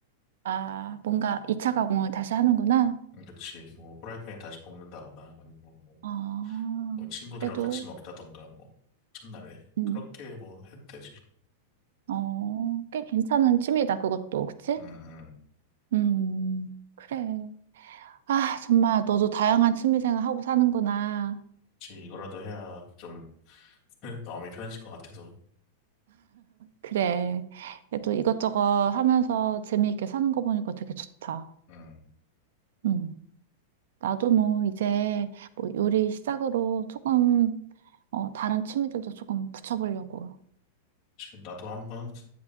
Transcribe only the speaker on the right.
아, 뭔가 2차 가공을 다시 하는구나.
아,
그래도,
음,
어, 꽤 괜찮은 취미다, 그것도. 그치?
음, 그래. 아, 정말 너도 다양한 취미 생활하고 사는구나.
그래. 그래도 이것저것 하면서 재미있게 사는 거 보니까 되게 좋다.
음. 나도 뭐 이제 뭐 요리 시작으로 조금, 어, 다른 취미들도 조금 붙여보려고.